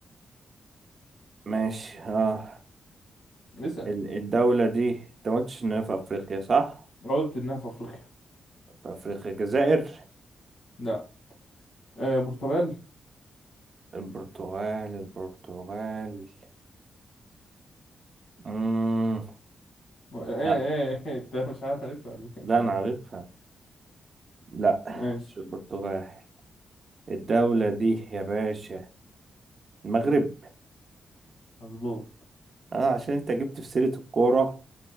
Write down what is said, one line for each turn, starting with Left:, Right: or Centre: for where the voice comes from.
Right: ماشي آه
Left: اسأل
Right: ال- الدولة دي أنت ما قلتش إن هي في أفريقيا صح؟
Left: قلت انها في افريقيا
Right: في أفريقيا الجزائر
Left: لا آه، برتغال
Right: البرتغال البرتغال مم.
Left: ايه ايه
Right: لا
Left: إيه، <laughs> انت مش عارفها ولا ايه
Right: لا أنا عارفها لا
Left: <laughs> ماشي
Right: مش البرتغال الدولة دي يا باشا المغرب
Left: مظبوط
Right: اه عشان انت جبت في سيرة الكورة